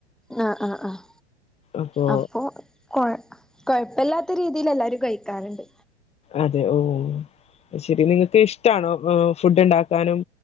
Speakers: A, in the centre; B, on the left (about 20°).
A: ആഹ് ആഹ് ആഹ്
B: അപ്പോ
A: അപ്പോൾ കൊ കുഴപ്പല്ലാത്ത രീതിയിൽ എല്ലാരും കഴിക്കാറുണ്ട്
B: അതെ ഓഹ് ശെരി നിങ്ങക്ക് ഇഷ്ടമാണോ അപ്പൊ ഫുഡ് ഉണ്ടാക്കാനും